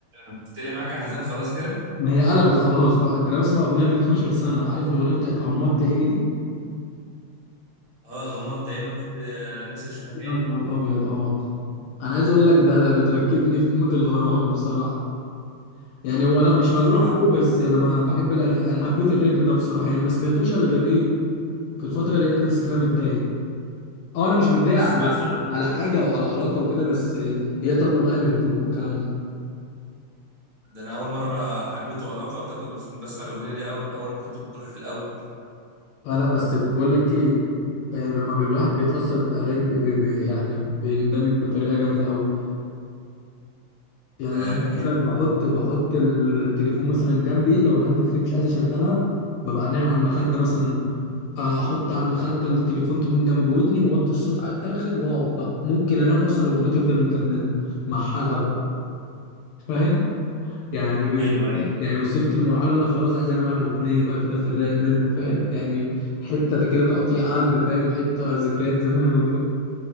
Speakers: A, on the right; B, on the left.
A: انت طلع معاك احزان خلاص كده
B: ما هي قلبت خلاص بقى ده انا بسمع اغنيه من 12 سنه عارف الاغنيه بتاعت غمضت عيني دي
A: اه غمضت عيني وقلت آه، نفسي اشوفها تاني
B: يا نهار ابيض اه انا عايز اقول لك ده ده بتركبني في مود الغرام بصراحه يعني هو انا مش
A: الصراحه
B: مجروح قوي بس انا ما بحب الأغ... يعني حبيت الريتم ده بصراحه يعني ما سمعتوش الا غير ايه في الفتره اللي لقيت نفسي فيها متضايق اه انا مش متضايق
A: سمعت
B: على
A: الاغنيه
B: على حاجه او على علاقه وكده بس هي طالبه معايا بهدوء والكلام ده
A: ده انا اول مره حبيته علاقه بتاخد بس بسمع الاغنيه دي اول اول ما كنت مجروح في الاول
B: انا بس بقول لك ايه يعني لما الواحد بيتاثر بالاغاني بي بي بي يعني بيندمج بطريقه جامده قوي يعني
A: آه
B: انا عايز
A: لا جامد
B: اقول لك بحط بحط التليفون مثلا جنبي لو الهاند فري مش عايز اشغلها ببقى نايم على المخده مثلا احط على المخده التليفون تكون جنب ودني واوطي الصوت على الاخر واقعد بقى ممكن انام اصلا والاغنيه تفضل مكمله مع حالها بقى فاهم يعني بيب...
A: ايوه ايوه
B: يعني وصلت لمرحله ان انا خلاص عايز انام على اغنيه بقى كده في الرايق منه فاهم يعني حته كده تقطيع قلب فاهم حته ذكريات زمان وكده